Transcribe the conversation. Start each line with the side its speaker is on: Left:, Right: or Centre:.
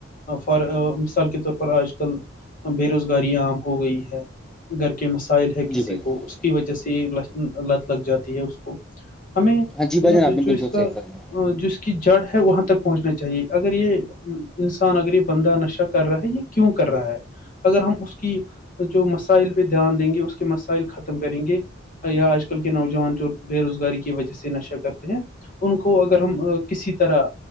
Left: ف مثال کے طور پر آج کل بے روزگاری عام ہو گئی ہے گھر کے مسائل ہے
Centre: جی
Left: کسی
Centre: بھائی
Left: کو
Centre: جان
Left: اس کی وجہ سے لت لگ جاتی ہے اس کو ہمیں مطلب
Centre: ہاں جی بھائی جان آپ نے
Left: جو
Centre: بالکل
Left: اس کا
Centre: صحیح فرمایا
Left: جو اس کی جڑ ہے وہاں تک پہنچنا چاہیے اگر یہ انسان اگر یہ بندہ نشہ کر رہا ہے یہ کیوں کر رہا ہے اگر ہم اس کی جو مسائل پہ دھیان دیں گے اس کے مسائل ختم کریں گے یا آج کل کے نوجوان جو بے روزگاری کی وجہ سے نشہ کرتے ہیں ان کو اگر ہم کسی طرح